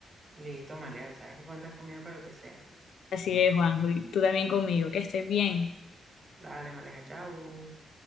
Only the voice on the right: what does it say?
Listo, Maleja, sabes que cuentas conmigo para lo que sea.
Dale, Maleja, chao.